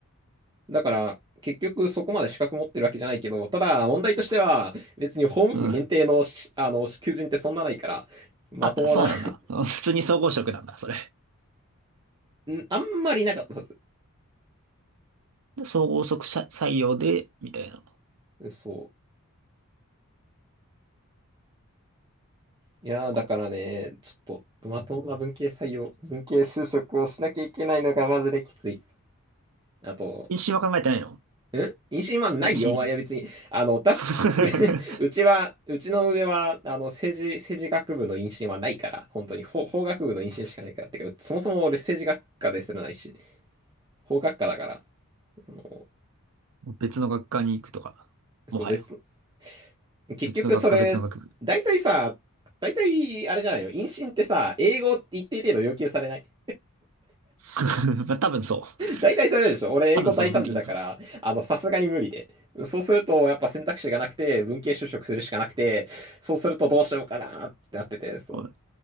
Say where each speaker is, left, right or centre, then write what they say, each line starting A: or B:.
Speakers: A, on the right (about 20°); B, on the right (about 75°).
A: だから、結局そこまで資格持ってるわけじゃないけど、ただ問題としては、別に法務部限定のし、
B: うん。
A: あの、求人ってそんなないから、まともな
B: あ、そうなんだ。
A: <laughs> ん
B: あ普通に総合職なんだ、それ。
A: あんまりいなかったはず。
B: で総合職者採用で、みたいな。
A: そう。いやー、だからね、
B: こ
A: ちょっと、まともな文系採用、文系就職をしなきゃいけないのがマジできつい。あと、
B: う。妊娠は考えてないの
A: ん妊娠はないよ、
B: 妊娠。
A: お前は別に。あの、私、
B: <laughs>
A: <laughs> うちは、うちの上は、あの、政治、政治学部の妊娠はないから、本当に、法、法学部の妊娠しかないから。てか、そもそも俺政治学科ですらないし、法学科だから、あの、
B: 別の学科に行くとか、
A: そう、
B: もはや。
A: 別の、結局それ、
B: 別の学科、別の学部。
A: 大体さ、大体、あれじゃないの、妊娠ってさ、英語一定程度要求されない
B: <laughs> まあ多分そう。
A: 大体それでしょ。俺、
B: 多分そう、
A: 英語大惨事だから、
B: 部分的にそう。
A: あの、さすがに無理で。そうすると、やっぱ選択肢がなくて、文系就職するしかなくて、そうするとどうしようかなってなってて、そう。
B: こう